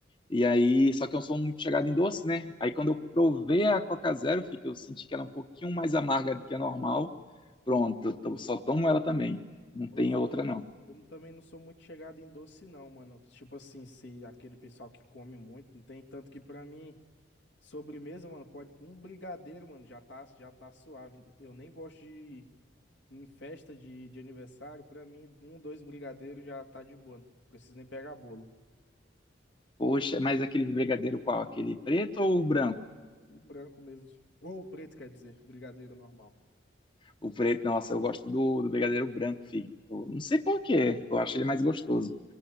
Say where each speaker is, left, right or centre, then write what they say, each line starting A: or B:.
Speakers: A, on the left; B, on the left.
A: E aí, só que eu sou muito chegado em doce, né? Aí quando eu provei a Coca Zero, fica, eu senti que era um pouquinho mais amarga do que a normal. Pronto, eu to- só tomo ela também. Não
B: Pois
A: tem outra, não.
B: eu não- também não sou muito chegado em doce, não, mano. Tipo assim, se aquele pessoal que come muito, não tem tanto que pra mim, sobremesa, mano, pode um brigadeiro, mano, já tá, já tá suave. Eu nem gosto de em festa de, de aniversário, pra mim, um, dois brigadeiros já tá de boa. Não preciso nem pegar bolo.
A: Poxa, mas aquele brigadeiro qual? Aquele preto ou o branco?
B: O branco mesmo. Ou o preto, quer dizer, brigadeiro normal.
A: O preto, nossa, eu gosto do, do brigadeiro branco, filho. Eu não sei por quê, eu acho ele mais gostoso.